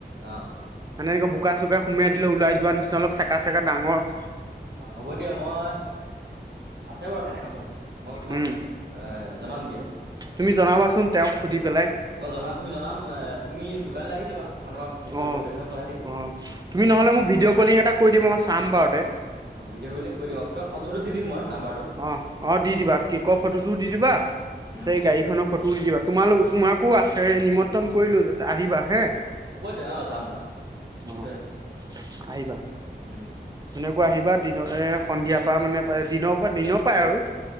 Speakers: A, on the right (about 75°); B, on the right (about 25°).
A: অ
B: সেনেকা বোকা চোকা সোমাই দিলে ওলাই যোৱাৰ নিচনা অলপ চেকা চেকা ডাঙৰ
A: অ হ'ব দিয়া মই আছে বাৰু সেনেকা মোৰ মই তোমাক
B: উম
A: এ জনাম দিয়া
B: তুমি জনাবাচোন তেওঁক সুধি
A: অ
B: পেলাই
A: কই জ তুমি জনাম তুমি দোকানলৈ আহি যাবা মই তোমাক হেৰি কৰি
B: অঁ
A: লোকেশ্যন পঠাই দিম
B: অঁ তুমি নহ'লে মোক ভিডিঅ' কলিং এটা কৰি দিবা মই চাম বাৰু দে
A: অ ভিডিঅ' কলিং কৰি দিম মই নাম্বাৰটোত
B: অ অ দি দিবা কেকৰ ফটোটো দি দিবা
A: উম
B: গাড়ীখনক ফটো দিবা তোমালোক তোমাকো নিমন্ত্ৰণ কৰিলোঁ আহিবা হে
A: হ'ব দিয়া অ যাম যাম যাম নিশ্চয়
B: অ',
A: যাম
B: আহিবা
A: উম
B: তুমি আহিবা দিন এ সন্ধিয়াৰ পৰা মানে প দিনৰ পৰা দিনৰ পায় আৰু